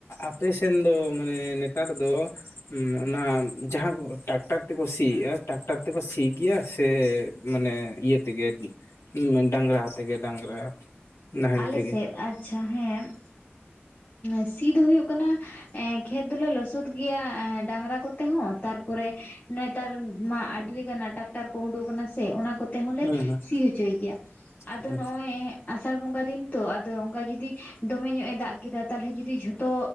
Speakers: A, on the left; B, on the left.
A: ᱟᱯᱮ ᱥᱮᱱ ᱫᱚ ᱢᱟᱱᱮ ᱱᱮᱛᱟᱨ ᱫᱚ ᱚᱱᱟ ᱡᱟᱦᱟᱸ ᱠᱚ ᱴᱨᱟᱠᱴᱟᱨ ᱛᱮᱠᱚ ᱥᱤᱭᱮᱜᱼᱟ ᱴᱨᱟᱠᱴᱟᱨ ᱛᱮᱠᱚ ᱥᱤ ᱜᱮᱭᱟ ᱥᱮ ᱢᱟᱱᱮ ᱤᱭᱟᱹ ᱛᱮᱜᱮ ᱦᱮᱸ ᱰᱟᱝᱨᱟ ᱛᱮᱜᱮ ᱰᱟᱝᱨᱟ ᱱᱟᱦᱮᱞ
B: ᱟᱞᱮ
A: ᱛᱮᱜᱮ
B: ᱥᱮᱫ ᱟᱪᱪᱷᱟ ᱦᱮᱸ ᱥᱤ ᱫᱚ ᱦᱩᱭᱩᱜ ᱠᱟᱱᱟ ᱮ ᱠᱷᱮᱛ ᱫᱚᱞᱮ ᱞᱚᱥᱚᱫ ᱜᱮᱭᱟᱜ ᱰᱟᱝᱨᱟ ᱠᱚᱛᱮ ᱦᱚᱸ ᱛᱟᱨᱯᱚᱨᱮ ᱱᱮᱛᱟᱨ ᱢᱟ ᱟᱹᱰᱤ ᱞᱮᱠᱟᱱᱟᱜ ᱴᱟᱠᱴᱟᱨ ᱠᱚ ᱩᱸᱰᱩ ᱟᱠᱟᱱᱟ ᱥᱮ ᱚᱱᱟ ᱠᱚ ᱛᱮᱦᱚᱞᱮ
A: ᱦᱩᱸ
B: ᱥᱤ ᱦᱚᱪᱚᱭ ᱜᱮᱭᱟ ᱟᱫᱚ
A: ᱦᱩᱸ
B: ᱱᱚᱜ- ᱚᱭ ᱟᱥᱟᱲ ᱵᱚᱸᱜᱟ ᱫᱤᱱ ᱛᱚ ᱟᱫᱚ ᱚᱱᱠᱟ ᱡᱩᱫᱤ ᱫᱚᱢᱮ ᱧᱚᱜ ᱮ ᱫᱟᱜ ᱠᱮᱫᱟ ᱛᱟᱦᱚᱞᱮ ᱡᱩᱫᱤ ᱡᱷᱚᱛᱚ